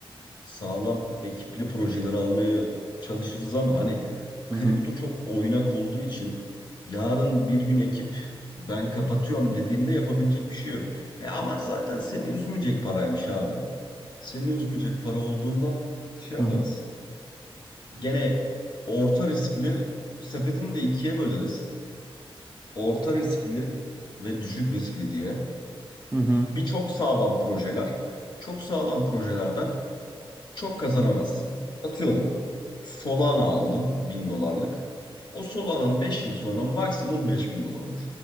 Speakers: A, on the left; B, on the right.
A: sağlam ekipli projeleri almaya çalışırız ama hani
B: Hı
A: kripto
B: hı.
A: çok oynak olduğu için yarın bir gün ekip ben kapatıyorum dediğinde yapabilecek bir şey yok. He ama zaten seni üzmeyecek paraymış abi. Seni üzmeyecek para olduğundan şey yaparız.
B: Hı hı.
A: Gene orta riskli sepetini de ikiye böleriz. Orta riskli ve düşük riskli diye.
B: Hı hı.
A: Bir çok sağlam projeler. Çok sağlam projelerden çok kazanamazsın. Atıyorum Solana aldın 1000 dolarlık. O Solana 5 yıl sonra maksimum beş bin dolar olur.